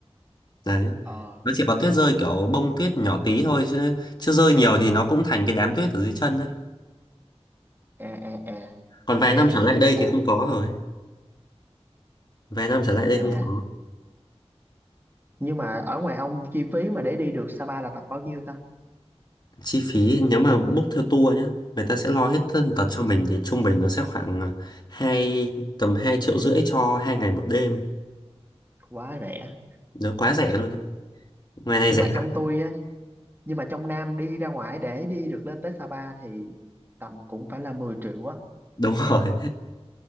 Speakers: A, on the left; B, on the right.
A: đấy
B: ờ
A: nó chỉ có tuyết rơi kiểu bông tuyết nhỏ tí thôi chứ chứ rơi nhiều thì nó cũng thành cái đám tuyết ở dưới chân đấy
B: à à à
A: còn vài
B: nghe
A: năm trở lại
B: nghe
A: đây
B: đã
A: thì không có rồi vài năm trở lại đây
B: à
A: không có
B: nhưng mà ở ngoài ông chi phí mà để đi được Sapa là tập bao nhiêu ta
A: chi phí nếu mà book theo tour nhé người ta sẽ lo hết thân
B: ừ,
A: tật cho mình thì trung bình nó sẽ khoảng à, hai tầm hai triệu rưỡi cho hai ngày một đêm
B: quá rẻ
A: nó quá rẻ luôn đấy ngoài này
B: nhưng
A: rẻ
B: mà trong
A: lắm
B: tôi á nhưng mà trong Nam đi ra ngoài để đi được lên tới Sapa thì tầm cũng phải là 10 triệu á
A: <laughs> đúng rồi